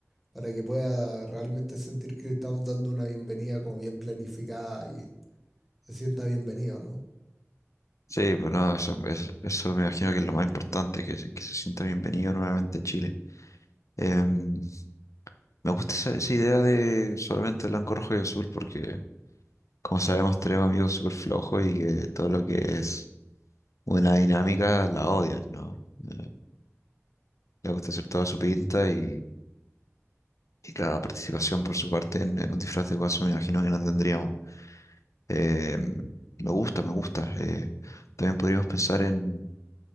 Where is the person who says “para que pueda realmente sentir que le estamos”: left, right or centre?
Centre